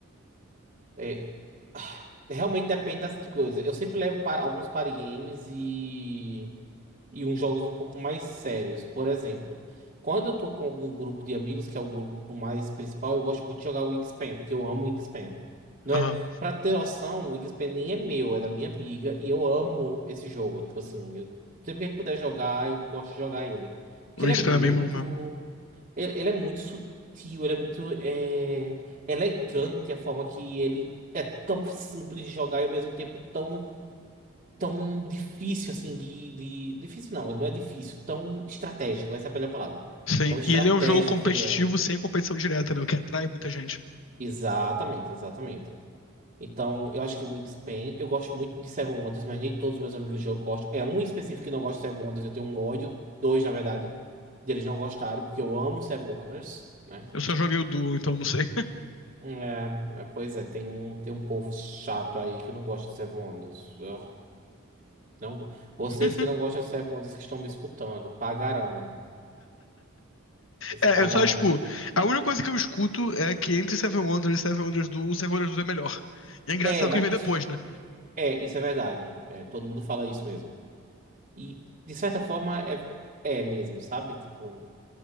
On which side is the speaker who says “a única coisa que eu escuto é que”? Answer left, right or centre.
Left